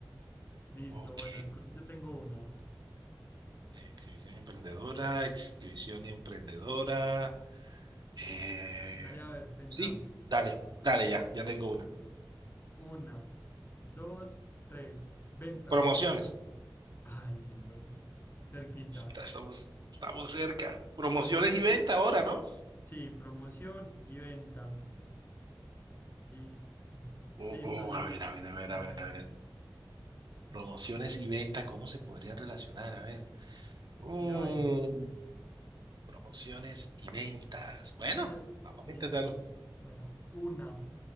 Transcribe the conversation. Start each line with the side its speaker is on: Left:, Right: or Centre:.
Left: Listo,
Right: Ok.
Left: bueno, de pronto yo tengo una.
Right: Exhibición y emprendedora, exhibición y emprendedora. Eh,
Left: Dale, a ver, pensá.
Right: sí, dale, dale ya, ya tengo
Left: Listo.
Right: una.
Left: Una, dos, tres. Ventas.
Right: Promociones.
Left: Ay, bueno, cerquita.
Right: Ya estamos, estamos cerca. Promociones
Left: Ve-
Right: y venta ahora, ¿no?
Left: sí, promoción y venta. Listo.
Right: Uh,
Left: Listo, sí.
Right: a ver, a ver, a ver,
Left: A
Right: a ver,
Left: ver,
Right: a ver. Promociones y venta, ¿cómo se podrían relacionar? A ver. Uh,
Left: mira, a ver.
Right: promociones y ventas.
Left: Yo
Right: Bueno,
Left: ya.
Right: vamos
Left: Listo.
Right: a intentarlo.
Left: Bueno, una,